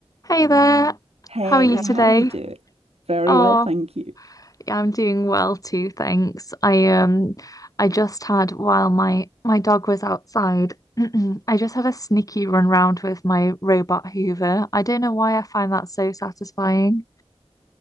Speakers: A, on the left; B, on the right.
A: Hey there,
B: Hey,
A: how are you Hey.
B: how
A: today?
B: you doing? Very
A: Oh,
B: well, thank you.
A: yeah, I'm doing well too, thanks. I um, I just had while my my dog was outside, <clears throat> I just had a sneaky run round with my robot Hoover. I don't know why I find that so satisfying.